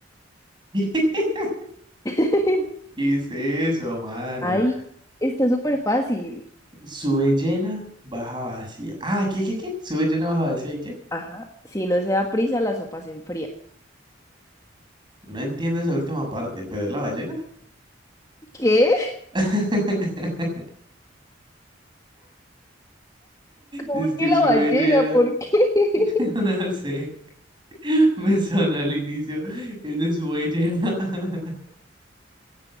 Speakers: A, on the right; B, on the left.
A: <laughs>
B: <laughs>
A: ¿Qué es eso, María?
B: ahí está súper fácil.
A: Sube llena, baja vacía. Ah, ¿qué, qué, qué? Sube llena, baja vacía, ¿y qué?
B: Ajá. Si no se da prisa, la sopa se enfría.
A: No entiendo esa última parte, pero es la ballena.
B: ¿Qué?
A: <laughs>
B: ¿Por
A: Es que
B: qué la
A: sube
B: ballena?
A: llena.
B: ¿Por qué? <laughs>
A: <laughs> No sé. <laughs> Me sonó al inicio. Es de sube llena. <laughs>